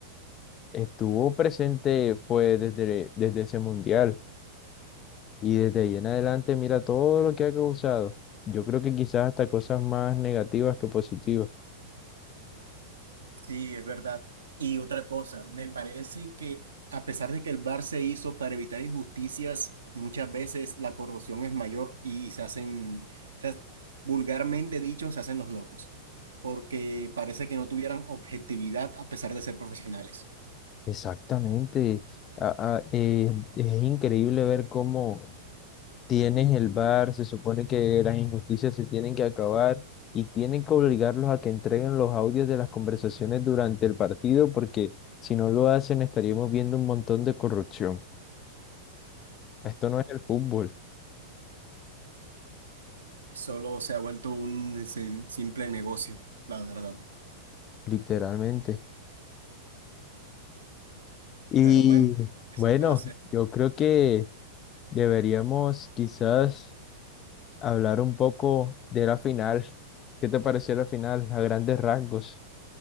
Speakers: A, on the left; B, on the right.
A: estuvo presente, fue desde, desde ese mundial y desde ahí en adelante mira todo lo que ha causado. Yo creo que quizás hasta cosas más negativas que positivas.
B: Sí, es verdad. Y otra cosa, me parece que a pesar de que el VAR se hizo para evitar injusticias, muchas veces la corrupción es mayor y se hacen, se- ha- vulgarmente dicho, se hacen los locos, porque parece que no tuvieran objetividad a pesar de ser profesionales.
A: Exactamente. a a eh, es increíble ver cómo Tienes el bar se supone que las injusticias se tienen que acabar y tienen que obligarlos a que entreguen los audios de las conversaciones durante el partido porque si no lo hacen estaríamos viendo un montón de corrupción. Esto no es el fútbol,
B: Solo se ha vuelto un sim- simple negocio, la verdad.
A: literalmente. Y
B: Pero bueno, ¿qué
A: bueno,
B: se puede hacer?
A: yo creo que deberíamos quizás hablar un poco de la final. ¿Qué te pareció la final a grandes rasgos?